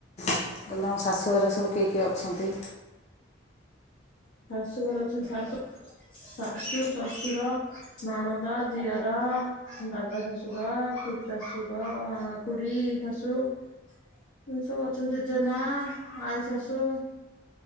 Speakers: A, on the left; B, on the left.
A: କହିଲି ତମ ଶାଶୁ ଘରେ ସବୁ କିଏ କିଏ ଅଛନ୍ତି?
B: ଶାଶୁଘର ଅଛନ୍ତି, ଶାଶୁ, ଶାଶୁ, ଶଶୁର, ନଣଦ, ଦିଅର, ଦାଦା ଶଶୁର, ଖୁଡ଼ୀ ଶଶୁର ଅଁ ଖୁଡ଼ୀ ଶାଶୁ ଏମ ସବୁ ଅଛନ୍ତି। ଜେଜେମା, ଆଈ ଶାଶୁଁ